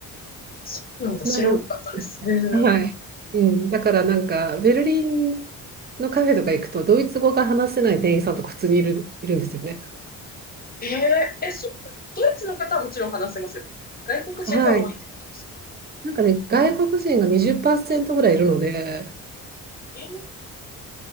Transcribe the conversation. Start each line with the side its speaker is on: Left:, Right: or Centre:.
Left: そうなんだ。
Right: なの、
Left: 知らなかったです。へー
Right: はい。うん、だからなんかベルリンのカフェとか行くとドイツ語が話せない店員さんとか普通にいる、いるんですよね。
Left: えええ、そう、ドイツの方はもちろん話せますよ。外国人が多いってことですか。
Right: はい。なんかね、外国人が20%ぐらいいるので、
Left: ええ